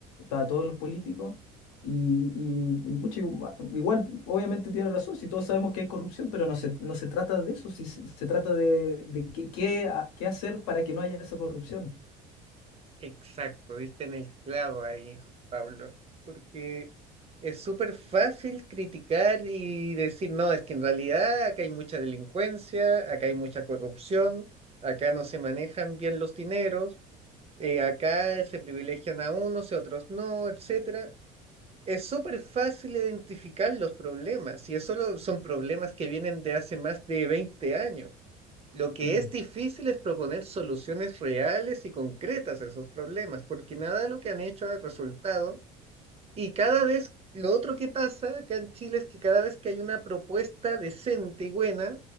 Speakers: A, on the left; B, on the right.
A: a todos los políticos. Y, y, y, pucha, igua- igual, obviamente tiene razón, si todos sabemos que hay corrupción, pero no se, no se trata de eso, si se, se trata de, de qué, qué, ha- qué hacer para que no haya esa corrupción.
B: Exacto, diste en el clavo ahí, Pablo, porque es súper fácil criticar y decir, no, es que en realidad acá hay mucha delincuencia, acá hay mucha corrupción, acá no se manejan bien los dineros, eh, acá se privilegian a unos y a otros no, etcétera. Es súper fácil identificar los problemas y eso lo- son problemas que vienen de hace más de 20 años. Lo que
A: Sí, po.
B: es difícil es proponer soluciones reales y concretas a esos problemas, porque nada de lo que han hecho ha resultado. Y cada vez, lo otro que pasa acá en Chile es que cada vez que hay una propuesta decente y buena,